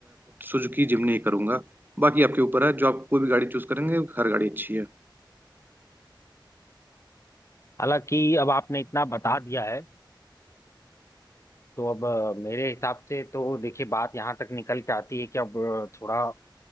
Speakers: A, on the right (about 25°); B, on the left (about 35°).
A: सुजुकी जिमनी ही करूंगा बाकी आपके ऊपर है जो आप कोई भी गाड़ी चूज करेंगे हर गाड़ी अच्छी है
B: हालांकि अब आपने इतना बता दिया है तो अब अ, मेरे हिसाब से तो देखिए बात यहाँ तक निकल के आती है कि अब अ, थोड़ा